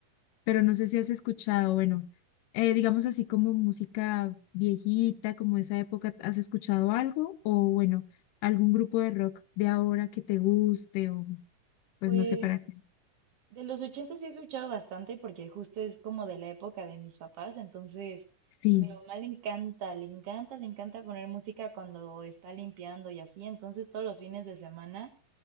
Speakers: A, on the left (about 80°); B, on the right (about 55°).
A: pero no sé si has escuchado, bueno, eh, digamos así como música viejita, como esa época, ¿has escuchado algo? O bueno, algún grupo de rock de ahora que te guste, o pues
B: Pues
A: no sé para qué.
B: De los 80 sí he escuchado bastante porque justo es como de la época de mis papás, entonces
A: Sí,
B: a mi mamá le encanta, le encanta, le encanta poner música cuando está limpiando y así, entonces todos los fines de semana